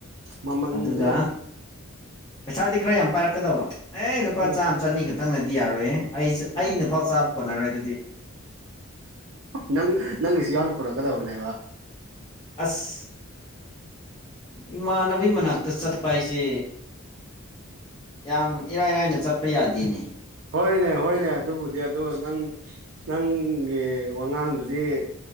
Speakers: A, on the right; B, on the left.
A: ꯃꯟꯖ
B: ꯑꯗꯨꯒ ꯄꯩꯁꯥꯗꯤ ꯈꯔ ꯌꯥꯝ ꯄꯥꯏꯔꯛꯀꯗꯕ ꯑꯦ ꯂꯨꯄꯥ
A: ꯎꯝ
B: ꯆꯥꯝꯃ ꯆꯅꯤ ꯈꯛꯇꯪꯅꯗꯤ ꯌꯥꯔꯣꯏꯌꯦ ꯑꯩꯁꯨ
A: ꯎꯝ
B: ꯑꯩꯅꯐꯥꯎ ꯆꯥꯕ ꯀꯣꯟꯅꯔꯣꯏ ꯑꯗꯨꯗꯤ
A: ꯅꯪ ꯅꯪꯒꯤꯁꯨ ꯌꯥꯅ ꯄꯨꯔꯛꯀꯗꯕꯅꯦꯕ
B: ꯑꯁ ꯏꯃꯥꯟꯅꯕꯤ ꯃꯅꯥꯛꯇ ꯆꯠꯄ ꯍꯥꯏꯁꯦ ꯌꯥꯝ ꯏꯔꯥꯏ ꯂꯥꯏꯅ ꯆꯠꯄ ꯌꯥꯗꯦꯅꯦ
A: ꯍꯣꯏꯅꯦ ꯍꯣꯏꯅꯦ ꯑꯗꯨꯕꯨꯗꯤ ꯑꯗꯨ ꯅꯪ ꯅꯪꯒꯤ ꯋꯥꯉꯥꯡꯗꯨꯗꯤ